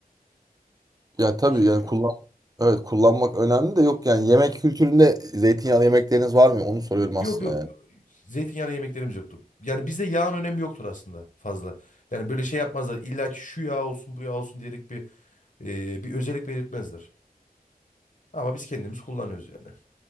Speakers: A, on the right (about 25°); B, on the left (about 55°).
A: Ya tabii
B: Çünkü
A: yani kullan evet kullanmak önemli de yok yani yemek kültüründe zeytinyağlı yemekleriniz var mı? Onu soruyorum aslında
B: yok yok
A: yani.
B: zeytinyağlı yemeklerimiz yoktur. Yani bizde yağın önemi yoktur aslında fazla. Yani böyle şey yapmazlar. İlla ki şu yağ olsun, bu yağ olsun diyerek bir e, bir özellik belirtmezler. Ama biz kendimiz kullanıyoruz yani.